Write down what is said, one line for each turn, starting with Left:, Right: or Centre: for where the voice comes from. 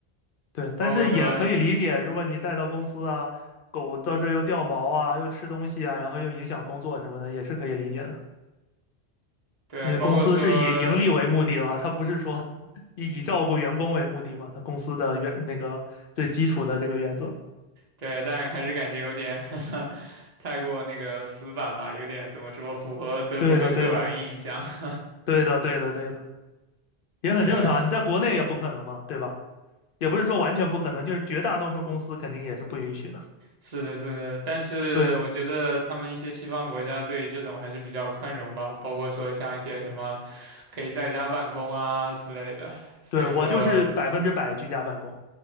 Left: 对，但是也可以理解，
Right: 包括说，
Left: 如果你带到公司啊，狗到时候又掉毛啊，又吃东西啊，然后又影响工作什么的，也是可以理解的。
Right: 对，
Left: 因为公司是以盈利为目的啊，
Right: 包括说，嗯。
Left: 它不是说 <laughs> 以以照顾员工为目的嘛，它公司的原那个最基础的这个原则。
Right: 对，但还是感觉有点 <laughs> 太过那个死板吧，有点怎么说，符合德国的刻板印象。
Left: 对的，对的，
Right: <laughs>
Left: 对的，对的，对的，也很正常。
Right: 对，
Left: 你在国内也不可能嘛，对吧？也不是说完全不可能，就是绝大多数公司肯定也是不允许的。
Right: 是的，是的，但是我觉得他们一些西方国家对于这种还是比较宽容吧，
Left: 对，
Right: 包括说像一些什么可以在家办公啊之类的。所以说
Left: 对，我就是百分之百居家办公。